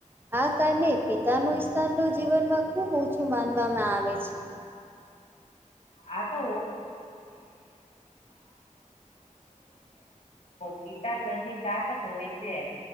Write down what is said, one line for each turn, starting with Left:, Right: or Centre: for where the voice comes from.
Right: આ કારણે પિતા નુ સ્થાન તો જીવનમાં ખુબ ઓછું માનવામાં આવે છે.
Left: આ તો પિતા ઘરની તાકત હોય છે.